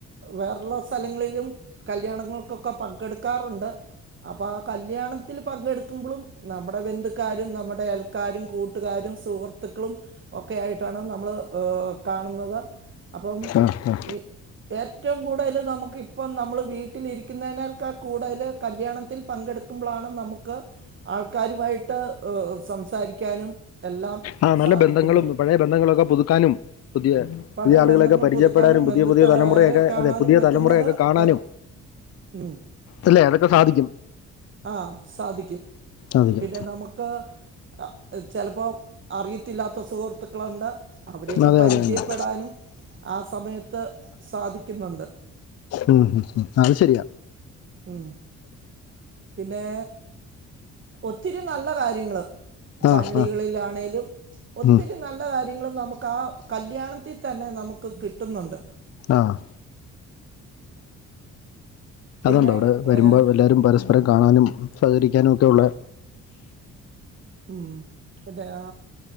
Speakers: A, on the right (about 40°); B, on the left (about 55°).
A: വേർളസ് സ്ഥലങ്ങളിലും കല്ല്യാണങ്ങൾക്കൊക്കെ പങ്കെടുക്കാറുണ്ട്. അപ്പോൾ ആ കല്യാണം ത്തിൽ പങ്കെടുക്കുമ്പളും നമ്മുടെ ബന്ധുക്കാരും നമ്മുടെ അൽക്കാരും കൂട്ടുകാരും സുഹൃത്തുക്കളും തി ഒക്കെ ആയിട്ടാണ് നമ്മൾ ഹ് കാണുന്നത് അപ്പം
B: ആ ആ
A: ഈ ഏറ്റവും കൂടുതൽ നമുക് ഇപ്പം നമ്മൾ വീട്ടിലിരിക്കുന്നതിനാൽക്കാ കൂടുതൽ കല്യാണത്തിൽ പങ്കെടുക്കു ന്കുമ്പളാണ് നമുക്ക് ആൾക്കാരുവായിട്ട് സംസാരിക്കാനും എല്ലാം
B: ആ നല്ല
A: സാധിക്കുന്നത്
B: ബന്ധങ്ങളും പഴയ ബന്ധങ്ങളൊക്കെ പുതുക്കാനും പുതിയ
A: പഴയ
B: പുതിയ ആളുകളെയൊക്കെ
A: ബന്ധങ്ങൾ
B: പരിചയപ്പെടാനും
A: പുതുക്കാനും
B: പുതിയ
A: ബന്ധുക്കാരെ
B: പുതിയ തലമുറയൊക്കെ
A: കാണാനും
B: അതെ പുതിയ
A: പറ്റുന്നത്
B: തലമുറയൊക്കെ കാണാനും
A: കൽ ഉം
B: അല്ല? അതൊക്കെ സാധിക്കും.
A: ആഹ് സാധിക്കും.
B: സാധിക്കും
A: പിന്നെ നമുക്ക് അ ഹ് ചിലപ്പോ അറിയത്തില്ലാത്ത സുഹൃത്തുക്കളുണ്ട് അവരെയൊക്കെ
B: അതെ
A: പരിചയപ്പെടാനും,
B: അതെ അതെ
A: ആ സമയത്ത് സാധിക്കുന്നുണ്ട്
B: ഉം ഉം അത് ശരിയാ
A: ഉം പിന്നെ ഒത്തിരി നല്ല കാര്യങ്ങള്
B: ആ
A: പള്ളികളിലാണെേലും
B: ആ
A: ഒത്തിരി
B: ഉം.
A: നല്ല കാര്യങ്ങളും നമുക്ക് ആ കല്യാണത്തിൽ തന്നെ നമുക്ക് കിട്ടുന്നുണ്ട്.
B: ആഹ്
A: പിന്നെ
B: അതുണ്ട് അവ്ടെ വരുമ്പോൾ
A: ഏഹ്
B: എല്ലാരും പരസ്പരം കാണാനും സഹകരിക്കാനും ഒക്കെ ഉള്ള
A: ഉം എന്തയാ